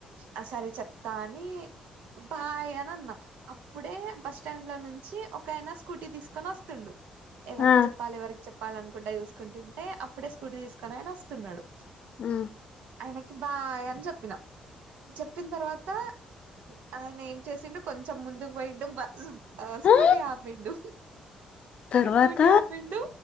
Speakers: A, on the right; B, on the left.
A: ఆ సరే చెప్తా అని బాయ్ అని అన్నం అప్పుడే బస్ స్టాండ్ నుంచి ఒకైనా స్కూటీ తీసుకొని వస్తుండు ఎవరికి
B: ఆ
A: చెప్పాలి ఎవరికి చెప్పాలి అని అనుకుంటా చూసుకుంటుంటే అప్పుడే స్కూటీ తీసుకొని ఆయన వస్తున్నాడు
B: ఆ
A: ఆయనకి బాయ్ అని చెప్పిన చెప్పిన తర్వాత ఆయన ఏం చేసిండు కొంచెం ముందుకు పోయిండు స్కూటీ
B: ఆ
A: ఆపిండు
B: తర్వాత
A: స్కూటీ ఆపిండు